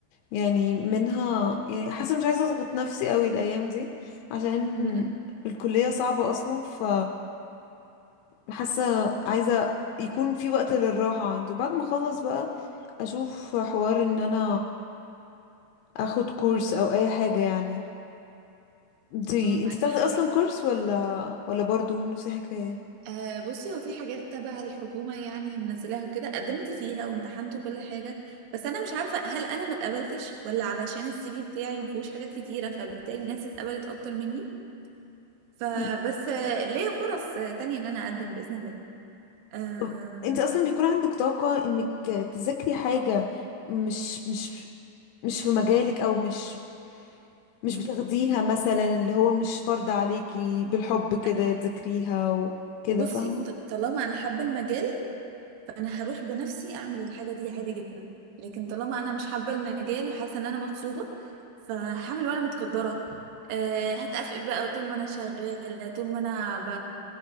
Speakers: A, on the left (about 85°); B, on the right (about 65°).
A: يعني منها يعني حاسة مش عايزة اضغط نفسي قوي الايام دي عشان
B: امم
A: الكلية صعبة اصلا ف حاسه عايزه يكون في وقت للراحه عندي وبعد ما اخلص بقى اشوف حوار ان انا اخد كورس او اي حاجه يعني انتي
B: اه معاكي
A: انتي بتاخدي
B: حق
A: اصلا كورس ولا ولا برضو نفس الحكايه
B: آه بصي هو في حاجات تبع الحكومة يعني منزلاها وكده قدمت فيها وامتحنت وكل حاجة بس أنا مش عارفة هل أنا ما اتقبلتش ولا علشان السي في بتاعي ما فيهوش حاجات كتيرة فبالتالي ناس اتقبلت أكتر مني فبس
A: مم.
B: آه، ليا فرص آه، تانية إن أنا أقدم بإذن الله آه
A: طب انت اصلا بيكون عندك طاقه انك تذاكري حاجه مش مش مش في مجالك او مش مش بتاخديها مثلا اللي هو مش فرض عليكي بالحب كده
B: أكيد
A: تذاكريها وكده
B: بصي
A: فاهمه
B: ط- طالما أنا حابة المجال انا هروح بنفسي اعمل الحاجه دي عادي جدا لكن طالما انا مش حابه المجال وحاسه ان انا مغصوبه فهعمل وانا متقدره أه هتقفف بقى طول ما انا شغاله طول ما انا ب...